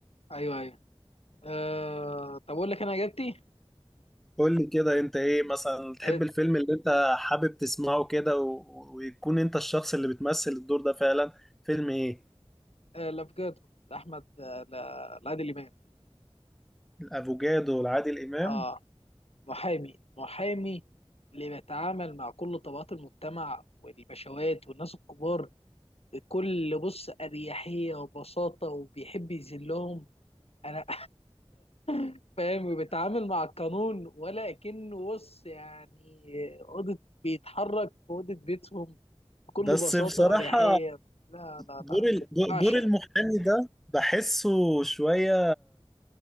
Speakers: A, on the left; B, in the centre.
A: ايوه ايوه آه طب اقول لك انا اجابتي
B: قول لي كده انت ايه مثلا تحب
A: آه،
B: الفيلم اللي انت حابب تسمعه كده و... ويكون انت الشخص اللي بتمثل الدور ده فعلا فيلم ايه
A: آه، لا بجد احمد آه، لا لعادل امام
B: الافوكادو والعادل امام
A: اه محامي محامي اللي بيتعامل مع كل طبقات المجتمع والبشوات والناس الكبار بكل بص اريحيه وبساطه وبيحب يذلهم انا <laughs> فاهم وبيتعامل مع القانون ولا كأنه بص يعني اوضه بيتحرك في اوضه بيتهم بكل
B: بس
A: بساطه
B: بصراحة
A: واريحيه لا لا
B: دور
A: لا
B: ال...
A: كنت بعشق
B: دور المحامي ده بحسه شوية